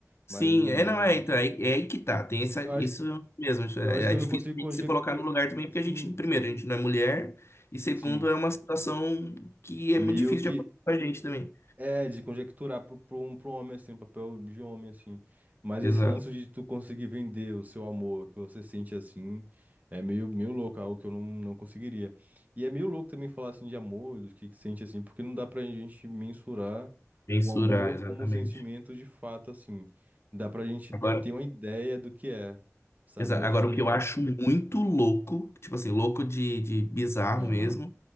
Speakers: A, on the right; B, on the left.
A: Mas
B: Sim, é, não, é, então, é, é aí que tá, tem essa,
A: eu
B: isso
A: acho,
B: mesmo, isso é,
A: eu acho que
B: é
A: eu
B: difícil
A: não consigo
B: a
A: conjecturar,
B: gente se colocar no lugar também, porque a gente,
A: sim,
B: primeiro, a gente não é mulher, e segundo,
A: sim.
B: é uma situação que
A: meio
B: é muito difícil
A: que
B: de acontecer com a gente também.
A: é de conjecturar pro, pro, um- pro homem, assim, um papel de homem, assim. Mas
B: Exato,
A: esse lance de tu conseguir vender o seu amor, que você sente assim, é meio, meio louco, é algo que eu não, não conseguiria. E é meio louco também falar assim de amor, do que que sente assim, porque não dá pra gente mensurar
B: mensurar
A: o amor
B: exatamente.
A: como um sentimento de fato, assim. Dá pra gente
B: Agora,
A: ter uma ideia do que é, sabe?
B: exa-
A: Mas
B: agora,
A: também.
B: o que eu acho muito louco, tipo assim, louco de, de bizarro
A: Aham,
B: mesmo,